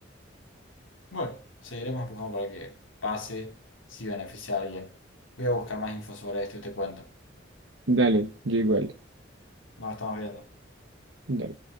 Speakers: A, on the left; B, on the right.
A: Bueno, seguiremos empujando para que pase, si beneficia a alguien. Voy a buscar más info sobre esto y te cuento.
B: Dale, yo igual.
A: Nos estamos viendo.
B: Dale.